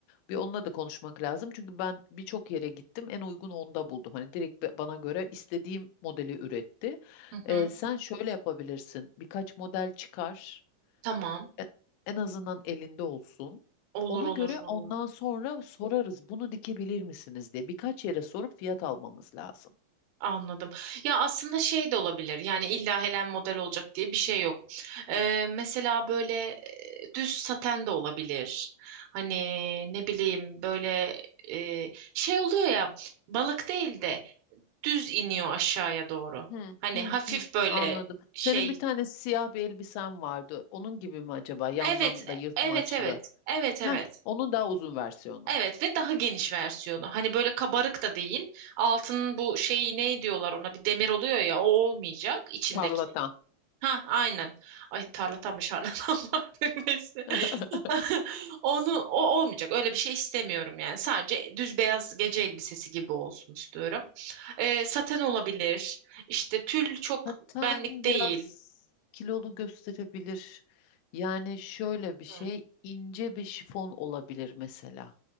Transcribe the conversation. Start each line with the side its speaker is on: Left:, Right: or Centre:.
Left: Bir onunla da konuşmak lazım. Çünkü ben birçok yere gittim. En uygun onda buldum. Hani direkt ba- bana göre istediğim modeli üretti.
Right: <laughs> Hı
Left: Ee,
Right: hı.
Left: sen şöyle yapabilirsin. Birkaç model çıkar.
Right: Tamam.
Left: E- En azından elinde olsun.
Right: Olur
Left: Ona
Right: olur
Left: göre
Right: valla.
Left: ondan sonra sorarız bunu dikebilir misiniz diye. Birkaç yere sorup fiyat almamız lazım.
Right: Anladım. Ya aslında şey de olabilir. Yani illa Helen model olacak diye bir şey yok. Ee, mesela böyle e, düz saten de olabilir. Hani ne bileyim böyle e, şey oluyor ya balık değil de düz iniyor aşağıya doğru.
Left: Hı
Right: Hani
Left: hı
Right: hafif
Left: hı.
Right: böyle
Left: Anladım.
Right: şey.
Left: Senin bir tane siyah bir elbisen vardı. Onun gibi mi acaba? Yandan
Right: Evet,
Left: da yırtmaçlı.
Right: evet, evet. Evet,
Left: Heh,
Right: evet.
Left: onun daha uzun versiyonu.
Right: Evet ve daha geniş versiyonu. Hani böyle kabarık da değil. Altının bu şeyi ne diyorlar ona? Bir demir oluyor ya o olmayacak içindeki.
Left: Tarlatan.
Right: Ha aynen. Ay tarlatan mı şarlatan mı? artık, <laughs> Neyse.
Left: <laughs>
Right: <laughs> Onu o olmayacak. Öyle bir şey istemiyorum yani. Sadece düz beyaz gece elbisesi gibi olsun istiyorum. Ee, saten olabilir. İşte tül çok
Left: Zaten
Right: benlik değil.
Left: biraz kilolu gösterebilir. Yani şöyle bir şey
Right: Hı.
Left: ince bir şifon olabilir mesela.